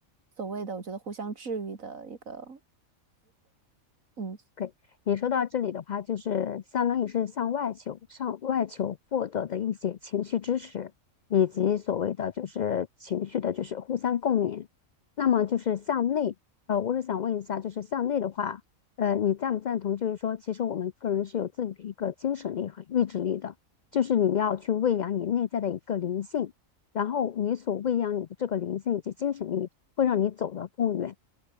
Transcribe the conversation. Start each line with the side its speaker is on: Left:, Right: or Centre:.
Right: 所谓的我觉得互相治愈的一个，嗯，
Left: OK，你说到这里的话，就是相当于是向外求、向外求获得的一些情绪支持，以及所谓的就是情绪的，就是互相共勉。那么就是向内，呃，我是想问一下，就是向内的话，呃，你赞不赞同？就是说，其实我们个人是有自己的一个精神力和意志力的，就是你要去喂养你内在的一个灵性，然后你所喂养你的这个灵性以及精神力，会让你走得更远。